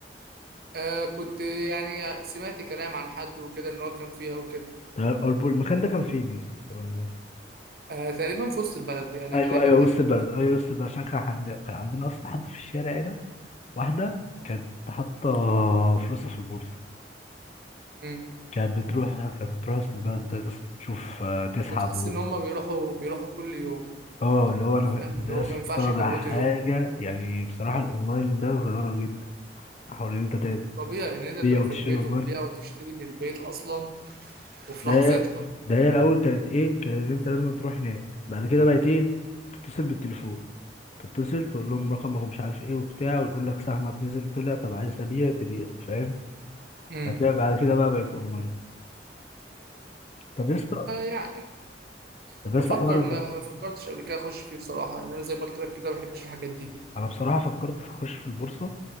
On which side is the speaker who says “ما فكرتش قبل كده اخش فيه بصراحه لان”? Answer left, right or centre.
Right